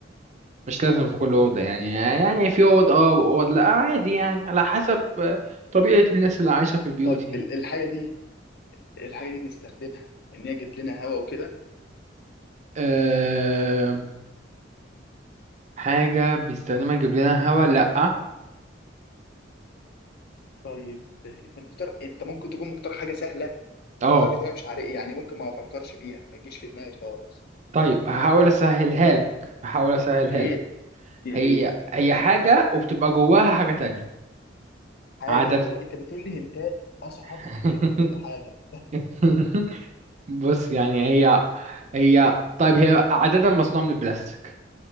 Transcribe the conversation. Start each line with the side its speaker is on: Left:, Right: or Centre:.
Right: مش لازم في كل أوضة يعني يعني في
Left: مم.
Right: أوض اه وأوض لا عادي يعني على حسب آه، طبيعة الناس اللي عايشة في البيوت
Left: طيب
Right: يعني
Left: ال- الحاجه دي الحاجه دي بنستخدمها ان هي تجيب لنا هواء وكده
Right: أه حاجة بنستخدمها تجيب لنا هوا لا
Left: طيب انت مختار انت ممكن تكون مختار حاجه سهله
Right: اه
Left: لدرجه ان انا مش عارف يعني ممكن ما افكرش فيها ما تجيش في دماغي خالص
Right: طيب هحاول أسهلها لك هحاول أسهلها
Left: يا ريت
Right: لك
Left: يا
Right: هي
Left: ريت
Right: هي حاجة وبتبقى جواها حاجة تانية
Left: حاجه
Right: عادة
Left: وجوه انت بتقول لي هنتات اصعب
Right: <laughs>
Left: من الحاجه
Right: <laughs> بص يعني هي هي طيب هي عادة مصنوعة من البلاستيك